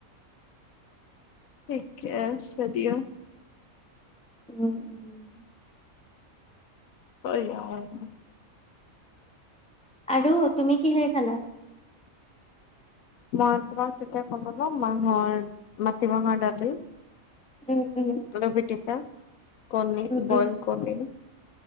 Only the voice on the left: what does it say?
ঠিকে আছে দিয়া।
<unintelligible>
মই তোমাক কেতিয়া কম ন, মৰ মাটি বাহৰ ডালি,
আলু পিটিকা, কণী
বইল কণী।